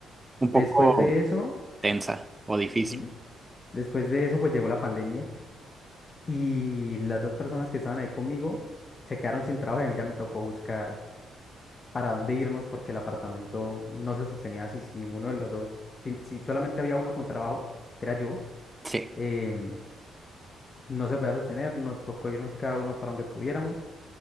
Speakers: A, on the right; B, on the left.
A: un
B: Después
A: poco
B: de eso,
A: tensa o difícil.
B: ujú, después de eso pues llegó la pandemia y las dos personas que estaban ahí conmigo se quedaron sin trabajo y a mí ya me tocó buscar. para dónde irnos porque el apartamento no se sostenía así, si ninguno de los dos, si, si solamente había uno con trabajo, que era yo,
A: Sí,
B: em, no se podía sostener, nos tocó irnos cada uno para donde pudiéramos